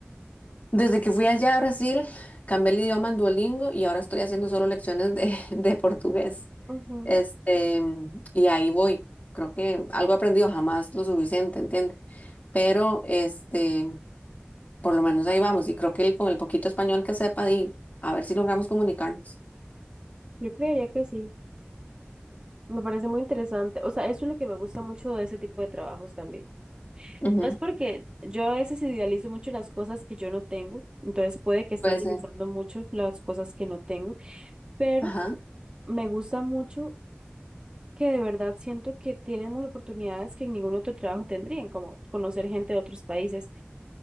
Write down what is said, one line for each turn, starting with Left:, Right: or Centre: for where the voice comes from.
Left: Desde que fui allá a Brasil, cambié el idioma en Duolingo y ahora estoy haciendo solo lecciones de, <laughs> de portugués.
Right: ujú,
Left: Este, y ahí voy. Creo que algo he aprendido jamás lo suficiente, ¿entiendes? Pero este, por lo menos ahí vamos y creo que el- con el poquito español que sepa y a ver si logramos comunicarnos.
Right: Yo creería que sí. Me parece muy interesante. O sea, eso es lo que me gusta mucho de ese tipo de trabajos también.
Left: Ujú,
Right: No es porque yo a veces idealizo mucho las cosas que yo no tengo, entonces puede que esté
Left: Puede
Right: idealizando
Left: ser.
Right: mucho las cosas que no tengo, pero
Left: Ajá.
Right: me gusta mucho que de verdad siento que tenemos oportunidades que en ningún otro trabajo tendrían, como conocer gente de otros países,